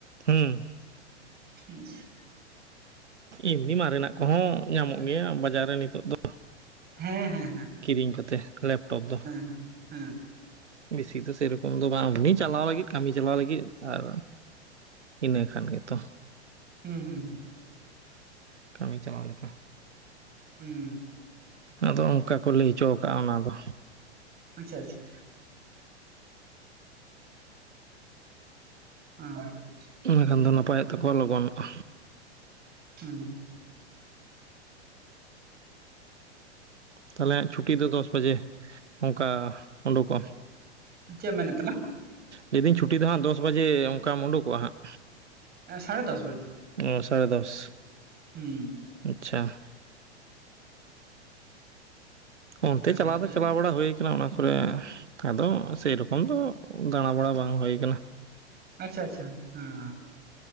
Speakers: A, on the right (about 80°); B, on the right (about 30°).
A: ᱦᱩᱸ
B: ᱦᱷᱸ <inaudible>
A: ᱮᱢᱱᱤ ᱢᱟᱨᱮᱱᱟᱜ ᱠᱚᱦᱚᱸ ᱧᱟᱢᱚᱜ ᱜᱮᱭᱟ ᱵᱟᱡᱟᱨ ᱨᱮ ᱱᱤᱛᱚᱜ ᱫᱚ
B: ᱦᱮᱸ ᱦᱮᱸ ᱦᱮᱸ
A: ᱠᱤᱨᱤᱧ ᱠᱚᱛᱮ ᱞᱮᱯᱴᱚᱯ ᱫᱚ
B: ᱦᱮᱸ ᱦᱮᱸ
A: ᱵᱮᱥᱤ ᱫᱚ ᱥᱮᱨᱚᱠᱚᱢ ᱫᱚ ᱵᱟᱝ ᱮᱢᱱᱤ ᱪᱟᱞᱟᱣ ᱞᱟᱹᱜᱤᱫ ᱠᱟᱹᱢᱤ ᱪᱟᱞᱟᱣ ᱞᱟᱹᱜᱤᱫ ᱟᱨ ᱤᱱᱟᱹ ᱠᱷᱟᱱ ᱜᱮᱛᱚ᱾
B: ᱦᱩᱸ ᱦᱩᱸ ᱦᱩᱸ
A: ᱠᱟᱹᱢᱤ ᱪᱟᱞᱟᱣ ᱞᱮᱠᱟ
B: ᱦᱩᱸ
A: ᱟᱫᱚ ᱚᱱᱠᱟ ᱠᱚ ᱞᱟᱹᱭ ᱦᱚᱪᱚ ᱠᱟ ᱚᱱᱟᱫᱚ
B: ᱟᱪᱪᱷᱟ ᱟᱪᱪᱷᱟ ᱦᱩᱸ
A: ᱚᱱᱟ ᱠᱷᱟᱱ ᱫᱚ ᱱᱟᱯᱟᱭᱚᱜ ᱛᱟᱠᱚᱣᱟ ᱞᱚᱜᱚᱱᱚᱜᱼᱟ
B: ᱦᱩᱸ
A: ᱛᱟᱦᱚᱞᱮ ᱪᱷᱩᱴᱤ ᱫᱚ ᱫᱚᱥ ᱵᱟᱡᱮ ᱚᱱᱠᱟ ᱩᱰᱩᱠᱚᱜ
B: ᱪᱮ ᱢᱮᱱᱮ ᱛᱟᱞᱟᱝ
A: ᱞᱟᱹᱭᱫᱟᱹᱧ ᱪᱷᱩᱴᱤ ᱫᱚ ᱦᱟᱸᱜ ᱫᱚᱥ ᱵᱟᱡᱮ ᱚᱱᱠᱟᱢ ᱩᱰᱩᱠᱚᱜᱼᱟ ᱦᱟᱸᱜ
B: ᱮᱸ ᱥᱟᱲᱮ ᱫᱚᱥ ᱵᱟᱡᱮ
A: ᱚ ᱥᱟᱲᱮ ᱫᱚᱥ
B: ᱦᱩᱸ ᱾
A: ᱟᱪᱪᱷᱟ ᱾ ᱚᱱᱛᱮ
B: ᱥᱟᱲᱮ
A: ᱪᱟᱞᱟᱣ
B: ᱫᱚᱥ
A: ᱫᱚ
B: ᱵᱟᱡᱮ
A: ᱪᱟᱞᱟᱣ ᱵᱟᱲᱟ ᱦᱩᱭᱩ ᱟᱠᱟᱱᱟ, ᱚᱱᱟ ᱠᱚᱨᱮ ᱟᱫᱚ ᱥᱮᱨᱚᱠᱚᱢ ᱾ ᱛᱚᱠᱷᱚᱱ ᱫᱚ ᱫᱟᱬᱟᱵᱟᱲᱟ ᱵᱟᱝ ᱦᱩᱭᱩ ᱟᱠᱟᱱᱟ ᱾
B: ᱟᱪᱪᱷᱟ ᱟᱪᱪᱷᱟ ᱾ ᱦᱩᱸ ᱾